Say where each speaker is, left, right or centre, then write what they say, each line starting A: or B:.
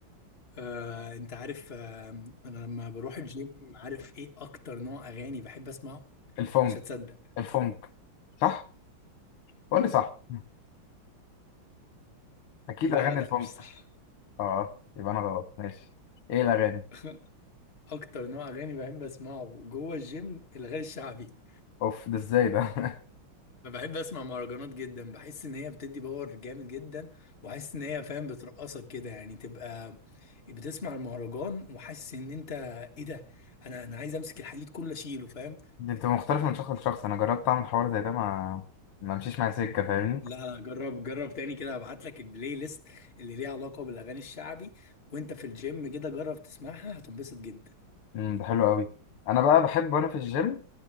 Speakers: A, on the left; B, on the left.
A: آه، انت عارف آه، انا لما بروح الجيم عارف ايه اكتر نوع اغاني بحب اسمعه
B: الفونك
A: مش هتصدق
B: الفونك صح قول لي صح اكيد
A: لا
B: اغاني
A: لا
B: الفونك
A: مش صح
B: اه يبقى انا غلط ماشي ايه الاغاني
A: <laughs> اكتر نوع اغاني بحب اسمعه جوه الجيم الاغاني الشعبي
B: اوف ده ازاي ده <laughs>
A: أنا بحب اسمع مهرجانات جدا بحس ان هي بتدي باور جامد جدا وحاسس ان هي فاهم بترقصك كده يعني تبقى بتسمع المهرجان وحاسس ان انت ايه ده انا انا عايز امسك الحديد كله اشيله فاهم
B: دي بتبقى مختلفه من شخص لشخص انا جربت اعمل حوار زي ده ما ما مشيش معايا سكه فاهمني
A: لا لا جرب جرب تاني كده هبعت لك البلاي ليست اللي ليها علاقة بالاغاني الشعبي وانت في الجيم كده جرب تسمعها هتنبسط جدا
B: امم ده حلو قوي انا بقى بحب وانا في الجيم